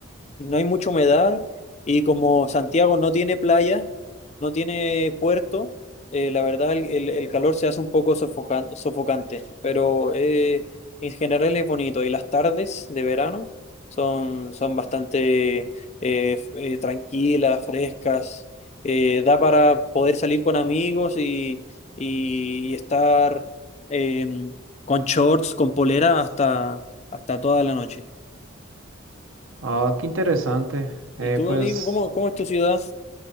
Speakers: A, on the left; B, on the right.
A: no hay mucha humedad y como Santiago no tiene playa, no tiene puerto, eh, la verdad el, el- el calor se hace un poco sofocan- sofocante, pero eh, en general es bonito y las tardes de verano son, son bastante eh, f- eh, tranquilas, frescas eh, da para poder salir con amigos y, y- y estar eh, con shorts, con polera hasta, hasta toda la noche.
B: Ah, qué interesante. Eh,
A: ¿Y tú,
B: pues,
A: amigo, cómo, cómo es tu ciudad?